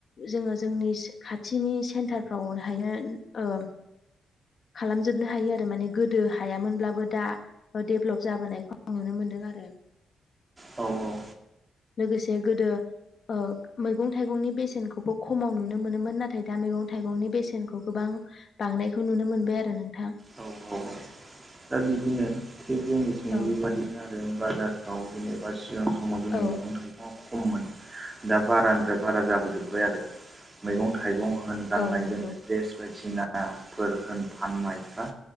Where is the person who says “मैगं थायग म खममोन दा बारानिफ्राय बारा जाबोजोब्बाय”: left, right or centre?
Right